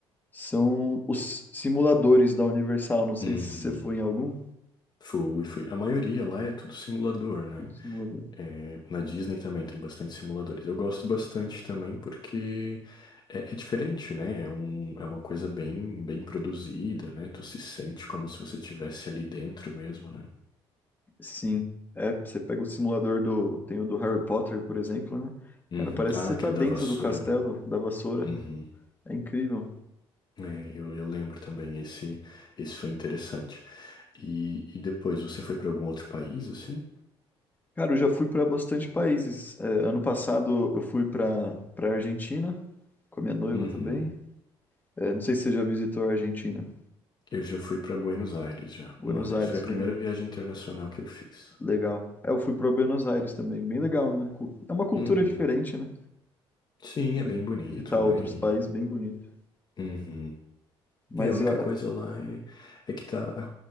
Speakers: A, on the left (about 15°); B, on the left (about 40°).
A: São os simuladores da Universal. Não sei
B: Uhum.
A: se você foi em algum.
B: Fui, fui. A maioria lá é tudo simulador, né?
A: Simulador.
B: É, na Disney também tem bastante simuladores. Eu gosto bastante também porque é, é diferente, né? É um, é uma coisa bem, bem produzida, né? Tu se sente como se você estivesse ali dentro mesmo, né?
A: Sim. É, você pega o simulador do. Tem o do Harry Potter, por exemplo, né?
B: Uhum.
A: Cara, parece
B: Ah,
A: que você
B: aquele
A: tá dentro
B: da vassoura,
A: do castelo
B: né?
A: da vassoura.
B: Uhum.
A: É incrível.
B: É, eu, eu lembro também, esse, esse foi interessante. E, e depois, você foi para algum outro país, assim?
A: Cara, eu já fui para bastante países. É, ano passado eu fui para para Argentina com a minha noiva
B: Uhum.
A: também. É, não sei se você já visitou a Argentina.
B: Eu já fui para Buenos Aires já,
A: Buenos
B: uma vez.
A: Aires,
B: Foi a primeira
A: legal.
B: viagem internacional que eu fiz.
A: Legal. É, eu fui para Buenos Aires também, bem legal, né? Cu- É uma cultura
B: Uhum.
A: diferente, né?
B: Sim, é
A: De
B: bem bonito,
A: de visitar outros
B: né? E
A: países, bem bonito.
B: Uhum.
A: Mas
B: É, a única
A: ah,
B: coisa lá é, é que tá a-